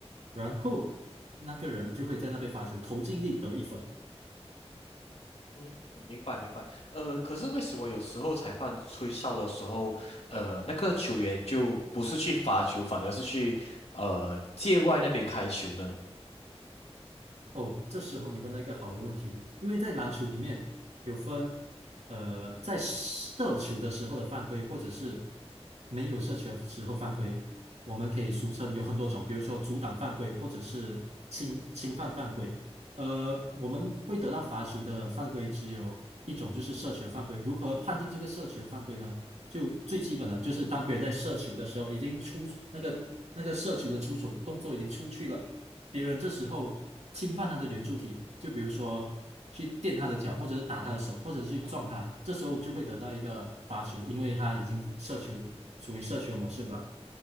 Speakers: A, on the right; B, on the left.
A: 然后那个人就会在那边罚球，投进力得一分。
B: 嗯，明白明白。呃，可是为什么有时候裁判吹哨的时候，呃，那个球员就不是去罚球，反而是去呃界外那边开球呢？
A: 哦，这时候你问到一个好的问题，因为在篮球里面有分，呃，在射球的时候的犯规，或者是没有射球的时候犯规，我们可以俗称有很多种，比如说阻挡犯规，或者是侵侵犯犯规。呃，我们会得到罚球的犯规只有一种，就是射球犯规。如何判定这个射球犯规呢？就最基本的，就是当别人在射球的时候，已经出那个那个射球的出手动作已经出去了。别人这时候侵犯他的圆柱体，就比如说去垫他的脚，或者是打他的手，或者是去撞他，这时候就会得到一个罚球，因为他已经射球，属于射球模式了。